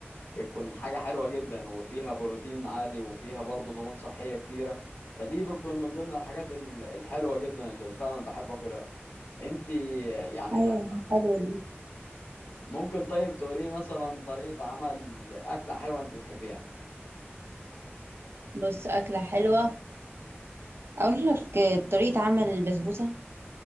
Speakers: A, on the left (about 80°); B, on the right (about 65°).
A: بتكون حاجة حلوة جدا وفيها بروتين عالي وفيها برضه دهون صحية كتيرة فدي بتكون من ضمن الحاجات ال- الحلوة جدا اللي فعلا بحب أكلها انت يعني
B: ايوه
A: لا
B: حلوه دي
A: ممكن طيب تقولي مثلا طريقة عمل أكلة حلوة انت بتحبيها
B: بص اكله حلوه اقول لك آه، طريقه عمل البسبوسه